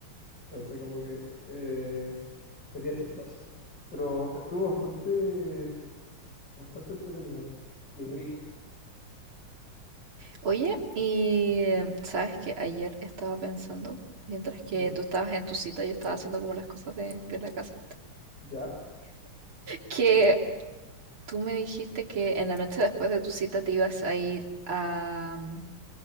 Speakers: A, on the left; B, on the right.
A: Entonces, como que eh, sería chistoso. Pero estuvo bastante, bastante entretenido y rico.
B: Oye, y eh, sabes que ayer estaba pensando, mientras que
A: ¿Mm?
B: tú estabas en tu cita, yo estaba haciendo como las cosas de, de la casa,
A: Ya,
B: que tú me dijiste que en la noche después de tu cita te ibas a ir a, mm,